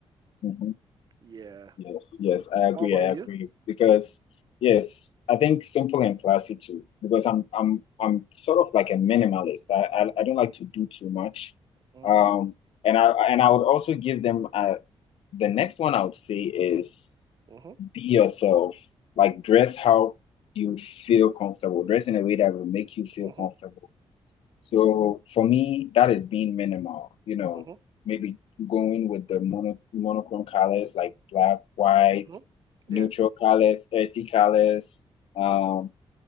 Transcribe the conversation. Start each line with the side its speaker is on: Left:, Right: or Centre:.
Left: mhm.
Right: Yeah.
Left: Yes, yes, I
Right: How
Left: agree,
Right: about
Left: I
Right: you?
Left: agree. Because yes, I think simple and classy too. Because I'm I'm I'm sort of like a minimalist. I I, I don't like to do too much.
Right: Mm-hmm.
Left: Um, and I and I would also give them a, the next one I would say is
Right: Mm-hmm.
Left: be yourself. Like dress how you feel comfortable. Dress in a way that will make you feel
Right: Mm-hmm.
Left: comfortable. So for me, that is being minimal. You know,
Right: Mm-hmm.
Left: maybe going with the mono monochrome colors like black, white,
Right: Mm-hmm. Mm-hmm.
Left: neutral
Right: Yeah.
Left: colors, earthy colors. Um,
Right: Mm-hmm.